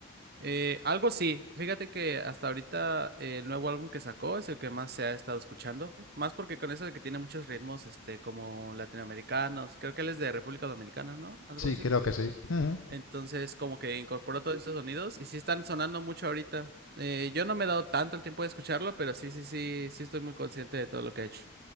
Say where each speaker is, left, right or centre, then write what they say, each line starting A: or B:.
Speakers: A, on the right; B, on the left.
A: Eh, algo sí. Fíjate que hasta ahorita eh, el nuevo álbum que sacó es el que más se ha estado escuchando. Más porque con eso de que tiene muchos ritmos, este, como latinoamericanos. Creo que él es de República Dominicana, ¿no? Algo
B: Sí,
A: así.
B: creo que sí. Ujú.
A: Entonces, como que incorporó todos estos sonidos y sí están sonando mucho ahorita. Eh, yo no me he dado tanto el tiempo de escucharlo, pero sí, sí, sí, sí estoy muy consciente de todo lo que ha hecho.